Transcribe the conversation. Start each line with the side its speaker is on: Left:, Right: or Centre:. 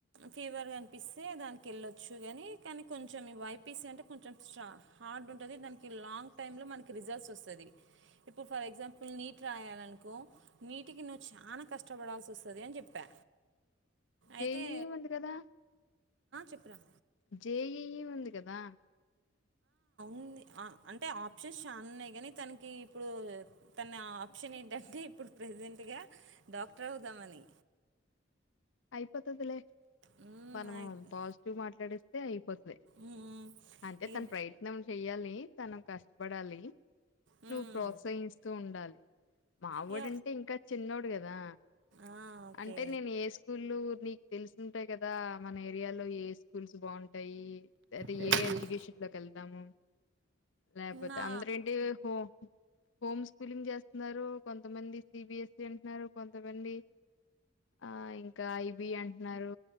Right: ఫీవర్గా అనిపిస్తే దానికి వెళ్ళచ్చు కానీ కానీ కొంచెం ఈ వైపీసీ అంటే కొంచెం స్ట్రాంగ్ హార్డ్ ఉంటుంది దానికి లాంగ్ టైమ్ంలో మనకి రిజల్ట్స్ వస్తుంది ఇప్పుడు ఫర్ ఎగ్జాంపుల్ నీట్ రాయాలనుకో నీటికి నువ్వు చాలా కష్టపడాల్సి వస్తుంది అని చెప్పా
Left: జే
Right: అయితే
Left: ఈ ఉంది కదా
Right: చెప్పురా
Left: జే ఎ ఈ ఉంది కదా
Right: ఉంది అంటే ఆప్షన్స్ చా ఉన్నాయి కానీ తనకి ఇప్పుడు తన ఆప్షన్ ఏంటంటే ఇప్పుడు ప్రజెంట్గా డాక్టర్ అవుదామని
Left: అయిపతాది లే
Right: మ్మ్,
Left: మనము
Right: అయి-
Left: పాజిటివ్ మాట్లాడిస్తే అయిపోతుది
Right: మ్మ్,
Left: అంటే
Right: ఇక
Left: తన ప్రయత్నం చెయ్యాలి తనం కష్టపడాలి
Right: మ్మ్,
Left: నువ్వు ప్రోత్సహిస్తూ ఉండాలి మావడుంటే
Right: ఇక
Left: ఇంకా చిన్నోడు కదా
Right: ఆ, ఓకే
Left: అంటే నేను వసు నీకు తెలుసుంటాయి కదా మన ఏరియాలో ఏ స్కూల్స్ బాగుంటా అయి అయితే
Right: వెరీ
Left: ఏ
Right: గుడ్
Left: ఎడ్యుకేషన్ లో కలి దాము లేకపోతే
Right: నా
Left: అందరేంటి హ హోమ్ స్కూలింగ్ చేస్తున్నారు కొంతమంది సిబిఎస్సి అంటున్నారు కొంతమంది ఆ ఇంకా కాయిబి అంటున్నారు